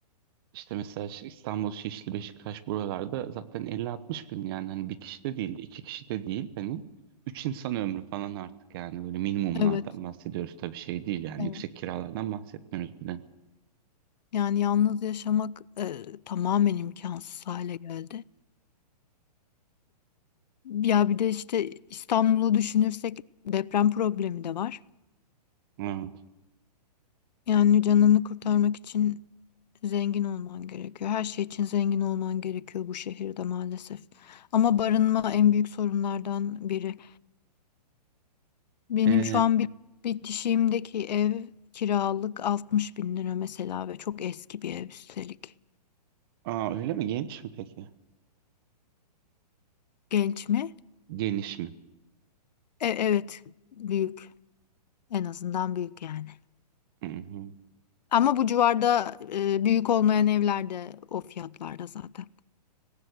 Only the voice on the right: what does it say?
işte mesela Şi- İstanbul, Şişli, Beşiktaş buralarda zaten 50-60 bin yani hani bir kişi de değil, iki kişi de değil hani üç insan ömrü falan artık yani böyle minimumlardan
bahsediyoruz tabii şey değil yani
yüksek kiralardan bahsetmiyoruz bile.
Evet.
E,
aa öyle mi? Geniş mi peki?
Geniş mi?
Hı hı.